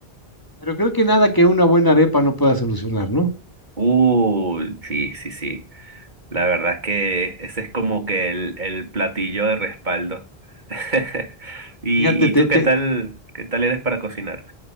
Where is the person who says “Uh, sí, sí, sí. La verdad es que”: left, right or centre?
Right